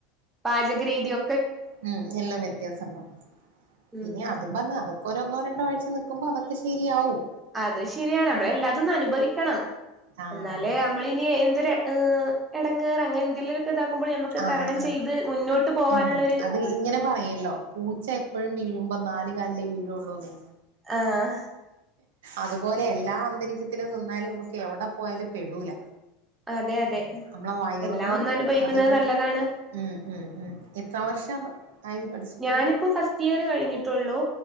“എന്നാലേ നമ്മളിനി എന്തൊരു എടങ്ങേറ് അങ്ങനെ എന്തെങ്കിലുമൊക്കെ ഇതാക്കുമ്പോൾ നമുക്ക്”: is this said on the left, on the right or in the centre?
Right